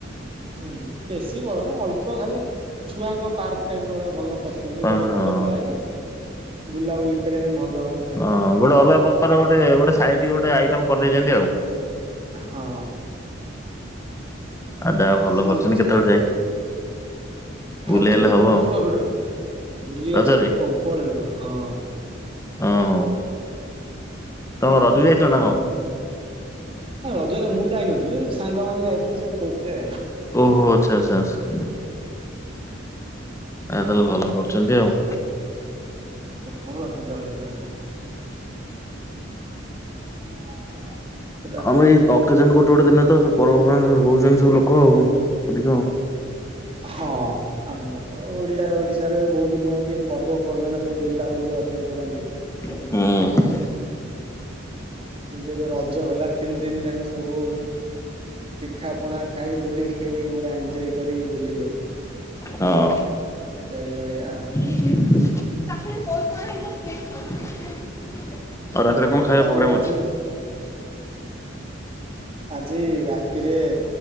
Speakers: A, on the right (about 30°); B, on the left (about 15°).
A: ଉ, ହୁଁ, ବେଶୀ ବଡ ନୁହଁ ଅଳ୍ପ ଖାଲି ଛୁଆଙ୍କ ପାର୍କ ଟାଇପ୍ ର ଭଳିଆ ଭଲ କରିଛନ୍ତି
B: କାରଣ
A: ଗୋଟେ ବଡ
B: ହଁ
A: ବାହା ହେଇଗଲୁ ବୁଲାବୁଲି କରିବା ପାଇଁ ଭଲ ହବ ତ
B: ଅ ହଁ ଗୋଟେ ଅଲଗା ପ୍ରକାର ଗୋଟେ ଗୋଟେ ସାଇଟ କି ଗୋଟେ ଆଇଟମ କରିଦେଇଛନ୍ତି ଆଉ।
A: ହଁ।
B: ଆ ଯାହା ଭଲ
A: ରଜରେ
B: କରିଛନ୍ତି କେତେବେଳେ ଯାଇ ବୁଲି
A: ରଜରେ
B: ହେଲେ ହବ
A: ପ୍ରବଳ
B: ଆଉ
A: ଭିଡ ଥିଲା ବୁଲି
B: ରଜରେ
A: ଆସିବ ପ୍ରବଳ ଭିଡ, ହଁ।
B: ଅ ହଁ।
A: ରଜରେଶ
B: ତମ ରଜ ବି ଯାଇଥିଲ ନା
A: ମନ୍ଦ
B: କଣ?
A: ରଜରେ ମୁଁ ଯାଇନଥିଲି ସାଙ୍ଗମାନେ ଯାଇଥିଲେ ସବୁ କହୁଥିଲେ।
B: ଓହୋ ଆଛା- ଆଛା -ଆଛା। ଆ ତାହାଲେ ଭଲ କରୁଚନ୍ତି ଆଉ।
A: ପ୍ରବଳ ଭିଡ ହେଇଥିଲା ଏଇଠେ। <inaudible>
B: ଆମେ ଏଇ ଅକେଜନ୍ ଗୋଟେ ଗୋଟେ ଦିନ ତ ସବୁ ପର୍ବ ପର୍ବାଣୀ ହଉଚନ୍ତି ସବୁ ଲୋକ ଆଉ ଅଧିକ ଆଉ।
A: ହଁ ଆମର ତ ଓଡିଆ ଓଡିଶାରେ ବହୁତ୍ ନୁହେଁ କି ପର୍ବ ପର୍ବାଣୀ ସବୁ ବୁଲା ବୁଲିି ଅଧି ଅଧିକ କରନ୍ତି।
B: ହୁଁ।
A: ଏମତି ଏବେ ରଜ ଗଲା ତିନି ଦିନି ଯାକ ସବୁ ପିଠା ପଣା ଖାଇ ଦୋଳି ଖେ ଖେଳିକି ପୁରା ଏଞ୍ଜୟ୍ କରିକି ବୁଲିଲେ।
B: ହଁ।
A: ଏଇ ଭଳିଆ।
B: <inaudible> ଆଉ ରାତିରେ କଣ ଖାଇବା ପୋଗ୍ରାମ୍ ଅଛି?
A: ଆଉ ଆଜି ଆଜି ରାତିରେ